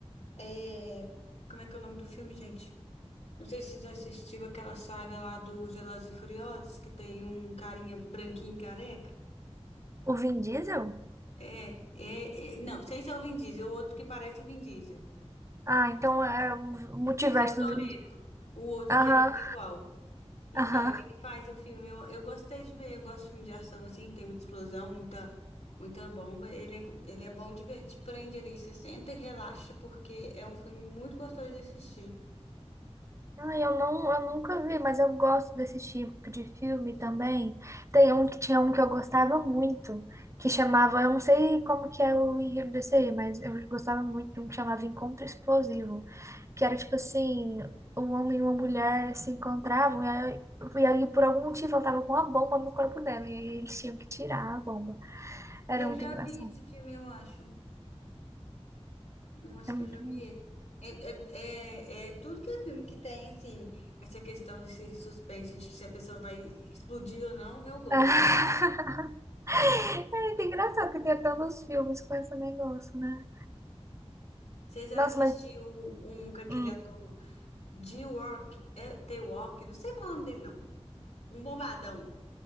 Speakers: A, on the left (about 80°); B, on the right (about 25°).
A: é, como é que é o nome do filme, gente? Não sei se você já assistiu aquela saga lá dos Velozes e Furiosos, que tem um carinha branquinho careca.
B: O Vin Diesel?
A: É, é, é- não, sei se é o Vin Diesel, o outro que parece o Vin Diesel.
B: Ah, então é o multiverso
A: Sei se é o Toretto,
B: do Vin Diesel.
A: o outro
B: Aham,
A: que é muito igual. Então,
B: aham.
A: ele que faz o filme, eu, eu gostei de ver, eu gosto de filme de ação assim, tem muita explosão, muita, muita bomba. Ele é, go- ele é bom de ver, te prende ali, você senta e relaxa, porque é um filme muito gostoso de assistir.
B: Ah, eu não, eu nunca vi, mas eu gosto desse tipo de filme também. Tem um que tinha um que eu gostava muito, que chamava, eu não sei como que é o enredo desse aí, mas eu gostava muito de um que chamava Encontro Explosivo, que era tipo assim, um homem e uma mulher se encontravam e aí, e aí por algum motivo ela tava com uma bomba no corpo dela e aí eles tinham que tirar a bomba. Era
A: Eu
B: muito
A: já
B: engraçado.
A: vi esse filme, eu acho. Eu acho
B: É
A: que
B: muito
A: eu já vi
B: bom.
A: ele. É, é, é, é tudo que é filme que tem, assim, essa questão desse suspense de se a pessoa vai explodir ou não, eu gosto.
B: <laughs> É muito engraçado que tenha tantos filmes com esse negócio, né?
A: Você já
B: Nossa,
A: assistiu
B: mas
A: um com aquele
B: hum.
A: ator de Rock, é, The Rock, não sei falar o nome dele, não. Um bombadão.